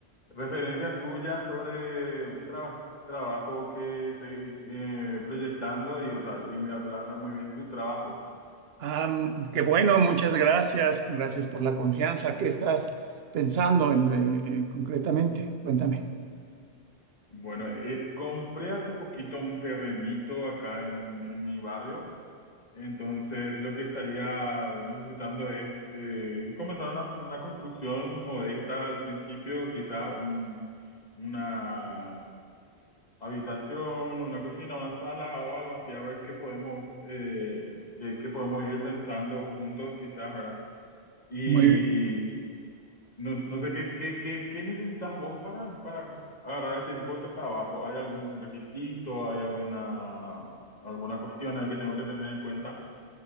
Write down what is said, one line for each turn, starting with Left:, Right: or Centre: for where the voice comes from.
Left: referencias tuyas sobre un traba- trabajo que estoy eh, proyectando y, o sea, y me hablaron muy bien de tu trabajo.
Right: Ah, mm, qué bueno, muchas gracias. Gracias por la confianza. ¿Qué estás pensando en, eh, eh, concretamente? Cuéntame.
Left: Bueno, eh, compré hace poquito un terrenito acá en, en mi barrio, entonces lo que estaría necesitando es eh, comenzar una, una construcción modesta al principio, quizás un- una habitación, una cocina, una sala o algo así, a ver qué podemos, eh, qué, qué podemos ir pensando juntos quizás, ¿verdad? Y
Right: Muy,
Left: no, no sé qué, qué, qué, qué necesitas vos para, para agarrar este tipo de trabajo. ¿Hay algún requisito? ¿Hay alguna, alguna cuestión ahí que tengo que tener en cuenta?